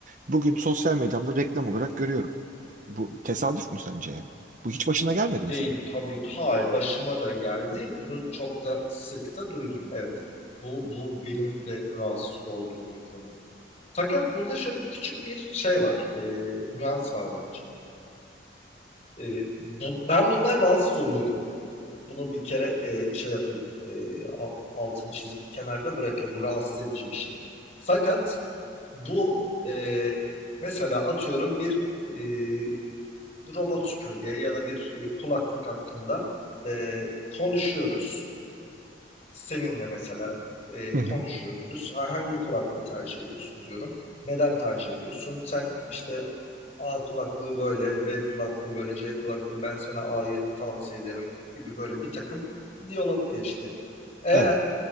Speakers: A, on the right; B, on the left.
A: Bugün sosyal medyamda reklam olarak görüyorum. Bu tesadüf mü sence yani? Bu hiç başına gelmedi mi
B: değil
A: senin?
B: tabii ki. Hayır, başıma da geldi. Bunu çok da sık da duydum. Evet. Bu, bu benim de rahatsız olduğum bir konu. Fakat burada şöyle küçük bir şey var. E, nüans var bence. E, bu, ben bundan rahatsız oluyorum. Bunu bir kere e, şey yapayım. E, a- altını çizip bir kenarda bırakayım. Bu rahatsız edici bir şey. Fakat bu e, mesela atıyorum bir e, robot süpürge ya da bir e, kulaklık hakkında e, konuşuyoruz. Seninle mesela e,
A: Hı hı.
B: konuşuyoruz. Ha, hangi kulaklığı tercih ediyorsun diyorum. Neden tercih ediyorsun? Sen işte A kulaklığı böyle, B kulaklığı böyle, C kulaklığı ben sana A'yı tavsiye ederim gibi böyle bir takım diyalog geçti. Eğer
A: Evet.